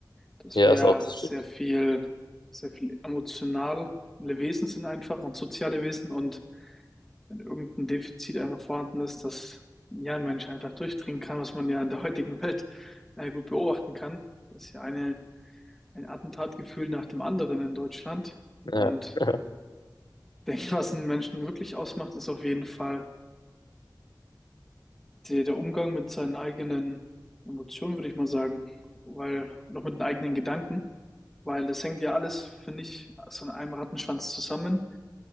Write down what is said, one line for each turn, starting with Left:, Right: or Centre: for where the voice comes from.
Centre: dass
Left: Ja,
Centre: wir ja
Left: ist auch, das
Centre: sehr
Left: stimmt.
Centre: viel, sehr viel emotionale Wesen sind einfach und soziale Wesen und wenn irgendein Defizit einfach vorhanden ist, dass ja ein Mensch einfach durchdringen kann, was man ja in der heutigen Welt äh, gut beobachten kann. Das ist ja eine, ein Attentatgefühl nach dem anderen in Deutschland.
Left: Ja,
Centre: Und
Left: <laughs>
Centre: ich denke, was einen Menschen wirklich ausmacht, ist auf jeden Fall die, der Umgang mit seinen eigenen Emotionen, würde ich mal sagen, weil, und auch mit den eigenen Gedanken, weil das hängt ja alles, finde ich, so in einem Rattenschwanz zusammen.